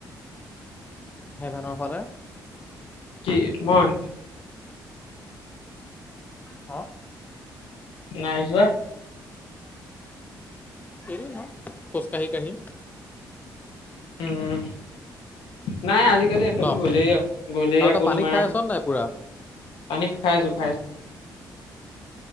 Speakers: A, on the left; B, on the left.
A: হেভেনৰ ফালে
B: কি মই
A: অ
B: নাই যোৱা
A: এনেই ন খোজ কাঢ়ি কাঢ়ি
B: উম নাই আজি সিফালে এইফালে
A: ন
B: গ'লেই আকৌ গ'লেই
A: আৰু
B: আকৌ
A: তই পানী
B: তোমাৰ
A: খাই আছ নাই পুৰা
B: পানি খাই আছো খাই আছো